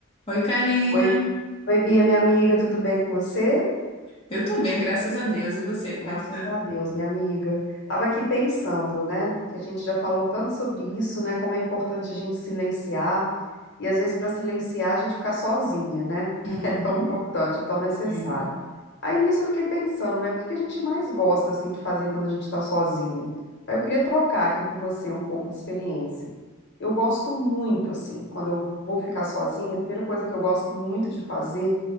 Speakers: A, on the left (about 30°); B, on the left (about 55°).
A: Oi, Karina.
B: Oi, oi, Bia, minha amiga, tudo bem com você?
A: Eu tô bem, graças a Deus. E você, como
B: Graças
A: é que tá?
B: a Deus, minha amiga. Tava aqui pensando, né, que a gente já falou tanto sobre isso, né, como é importante a gente silenciar e às vezes para silenciar a gente ficar sozinha, né?
A: Uhum.
B: <laughs> É tão importante, é tão necessário.
A: Sim.
B: Aí nisso eu fiquei pensando, né, o que que a gente mais gosta assim de fazer quando a gente está sozinha? Aí eu queria trocar aqui com você um pouco de experiência. Eu gosto muito assim, quando eu vou ficar sozinha, a primeira coisa que eu gosto muito de fazer